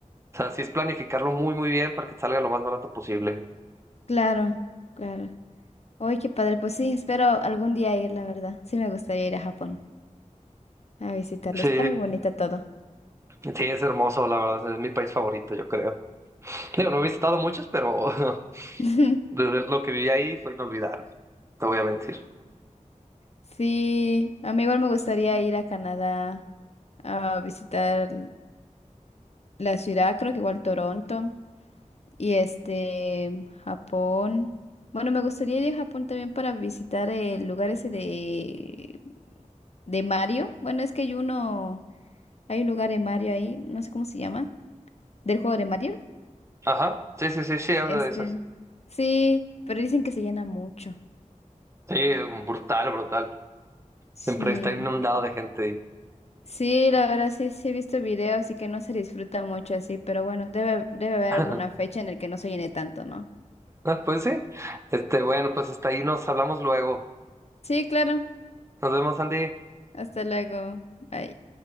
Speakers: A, on the right (about 20°); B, on the left (about 55°).
A: O sea, sí es planificarlo muy, muy bien para que te salga lo más barato posible.
B: claro, claro. Hoy, qué padre. Pues sí, espero algún día ir, la verdad. Sí, me gustaría ir a Japón a visitarlo.
A: Sí,
B: Está muy bonito todo.
A: <laughs> sí, es hermoso, la verdad. Es mi país favorito, yo creo. Digo, no he visitado muchos, pero <laughs>
B: <laughs>
A: desde lo que viví ahí fue inolvidable, te voy a mentir.
B: Sí, a mí igual me gustaría ir a Canadá a visitar la ciudad, creo que igual Toronto. Y este, Japón. Bueno, me gustaría ir a Japón también para visitar el lugar ese de, de Mario. Bueno, es que hay uno, hay un lugar de Mario ahí, no sé cómo se llama, del juego de Mario.
A: Ajá, sí, sí, sí, sí, ando
B: Este,
A: de esas.
B: sí, pero dicen que se llena mucho.
A: Sí, brutal, brutal.
B: Sí,
A: Siempre está inundado de gente ahí.
B: sí, la verdad sí, sí he visto videos y que no se disfruta mucho así, pero bueno, debe, debe haber
A: <laughs>
B: alguna fecha en la que no se llene tanto, ¿no?
A: Pues sí. Este, bueno, pues hasta ahí nos hablamos luego.
B: Sí, claro.
A: Nos vemos, Andy.
B: Hasta luego. Bye.